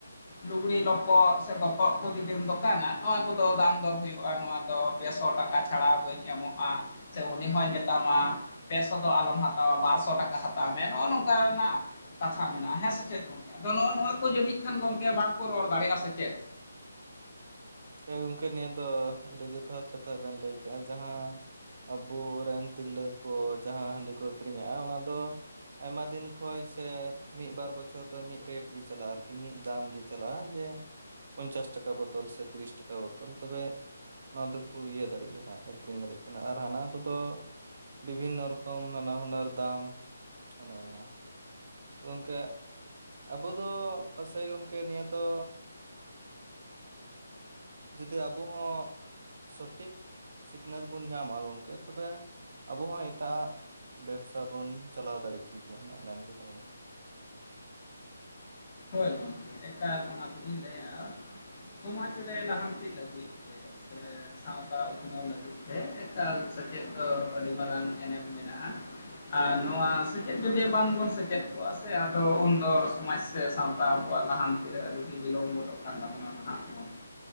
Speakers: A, on the left; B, on the right.
A: ᱞᱩᱜᱽᱲᱤ ᱞᱚᱯᱚᱜ ᱥᱮ ᱫᱚᱛᱚᱜ ᱠᱚ ᱡᱩᱫᱤᱢ ᱫᱚᱠᱟᱱᱟ ᱱᱚᱣᱟ ᱠᱚᱫᱚ ᱫᱟᱢ ᱫᱚᱨ ᱦᱩᱭᱩᱜ ᱟ ᱱᱚᱣᱟ ᱫᱚ ᱯᱮᱥᱚ ᱴᱟᱠᱟ ᱪᱷᱟᱲᱟ ᱵᱟᱹᱧ ᱮᱢᱚᱜ-ᱟ ᱥᱮ ᱩᱱᱤ ᱦᱚᱭ ᱢᱮᱛᱟᱢᱟ ᱯᱮᱥᱚ ᱫᱚ ᱟᱞᱚᱢ ᱦᱟᱛᱟᱣᱟ ᱵᱟᱨᱥᱚ ᱴᱟᱠᱟ ᱦᱟᱛᱟᱣ ᱢᱮ ᱱᱚᱜ-ᱚ ᱱᱚᱝᱠᱟ ᱨᱮᱱᱟᱜ ᱠᱟᱛᱷᱟ ᱢᱮᱱᱟᱜ-ᱟ, ᱦᱮᱸ ᱥᱮ ᱪᱮᱫ ᱜᱚᱝ? ᱟᱫᱚ ᱱᱚᱜ-ᱚ ᱱᱚᱣᱟ ᱠᱚ ᱡᱟᱹᱱᱤᱡ ᱠᱷᱟᱱ ᱜᱚᱝᱠᱮ ᱵᱟᱝᱠᱚ ᱨᱚᱲ ᱫᱟᱲᱮᱭᱟᱜ-ᱟ ᱥᱮ ᱪᱮᱫ?
B: ᱦᱮᱸ ᱜᱚᱝᱠᱮ ᱱᱤᱭᱟᱹ ᱫᱚ ᱟᱹᱰᱤ ᱡᱚᱛᱷᱟᱛ ᱠᱟᱛᱷᱟ ᱵᱮᱱ ᱞᱟᱹᱭ ᱠᱟᱜᱼᱟ ᱡᱟᱦᱟᱸ ᱟᱵᱚᱨᱮᱱ ᱛᱤᱨᱞᱟᱹ ᱠᱚ ᱡᱟᱦᱟᱸ ᱦᱟᱺᱰᱤ ᱠᱚ ᱟᱹᱠᱷᱨᱤᱧᱮᱜᱼᱟ ᱚᱱᱟ ᱫᱚ ᱟᱭᱢᱟ ᱫᱤᱱ ᱠᱷᱚᱡ ᱥᱮ ᱢᱤᱫ ᱵᱟᱨ ᱵᱚᱪᱷᱚᱨ ᱫᱚ ᱢᱤᱫ ᱨᱮᱴ ᱜᱮ ᱪᱟᱞᱟᱜᱼᱟ ᱟᱨᱠᱤ ᱢᱤᱫ ᱫᱟᱢ ᱜᱮ ᱪᱟᱞᱟᱜᱼᱟ ᱡᱮ ᱯᱚᱧᱪᱟᱥ ᱴᱟᱠᱟ ᱵᱳᱛᱳᱞ ᱥᱮ ᱛᱤᱨᱤᱥ ᱴᱟᱠᱟ ᱵᱳᱛᱳᱞ ᱛᱚᱵᱮ ᱱᱚᱣᱟ ᱫᱚᱠᱚ ᱤᱭᱟᱹ ᱫᱟᱲᱮᱭᱟᱜ ᱠᱟᱱᱟ, ᱟᱹᱠᱷᱨᱤᱧ ᱫᱟᱲᱮᱭᱟᱜ ᱠᱟᱱᱟ ᱟᱨ ᱦᱟᱱᱟ ᱠᱚᱫᱚ ᱵᱤᱵᱷᱤᱱᱱᱚ ᱨᱚᱠᱚᱢ ᱱᱟᱱᱟ ᱦᱩᱱᱟᱹᱨ ᱫᱟᱢ ᱚᱱᱮ ᱚᱱᱟ᱾ ᱜᱚᱝᱠᱮ ᱟᱵᱚᱫᱚ ᱯᱟᱥᱮᱡ ᱜᱚᱢᱠᱮ ᱱᱤᱭᱟᱹ ᱫᱚ‌ ᱡᱩᱫᱤ ᱟᱵᱚ ᱦᱚᱸ ᱥᱚᱴᱷᱤᱠ ᱥᱤᱠᱷᱱᱟᱹᱛ ᱵᱚᱱ ᱧᱟᱢᱟ ᱜᱚᱝᱠᱮ ᱛᱚᱵᱮ ᱟᱵᱚ ᱦᱚᱸ ᱮᱴᱟᱜᱟᱜ ᱵᱮᱵᱥᱟ ᱵᱚᱱ ᱪᱟᱞᱟᱣ ᱫᱟᱲᱮ ᱠᱮ ᱜᱮᱭᱟ ᱤᱧᱟᱹᱜ ᱢᱮᱱ ᱛᱮᱫᱚ ᱜᱚᱝᱠᱮ᱾
A: ᱦᱳᱭ ᱜᱚᱝᱠᱮ ᱮᱠᱟᱞ ᱚᱱᱟ ᱛᱮᱜᱤᱧ ᱞᱟᱹᱭᱟ ᱥᱚᱢᱟᱡᱽ ᱨᱮ ᱞᱟᱦᱟᱱᱛᱤ ᱞᱟᱹᱜᱤᱫ ᱛᱮ ᱪᱮᱫᱟᱜ ᱥᱮ ᱥᱟᱶᱛᱟ ᱩᱛᱱᱟᱹᱣ ᱞᱟᱹᱜᱤᱫ ᱛᱮ, ᱮᱠᱟᱞ ᱥᱮᱪᱮᱫ ᱫᱚ ᱟᱹᱰᱤ ᱢᱟᱨᱟᱝ ᱮᱱᱮᱢ ᱢᱮᱱᱟᱜᱼᱟ᱾ ᱟᱨ ᱱᱚᱣᱟ ᱥᱮᱪᱮᱫ ᱡᱩᱫᱤ ᱵᱟᱝᱵᱚᱱ ᱥᱮᱪᱮᱫ ᱠᱚᱜᱼᱟ ᱥᱮ ᱟᱫᱚ ᱩᱱᱫᱚ ᱥᱚᱢᱟᱡᱽ ᱥᱮ ᱥᱟᱶᱛᱟ ᱟᱵᱚᱣᱟᱜ ᱞᱟᱦᱟᱱᱛᱤ ᱨᱮ ᱟᱹᱰᱤᱜᱮ ᱵᱤᱞᱚᱢ ᱜᱚᱫᱚᱜ ᱠᱟᱱ ᱛᱟᱵᱚᱱᱟ ᱱᱟᱦᱟᱜ ᱜᱚᱝᱠᱮ᱾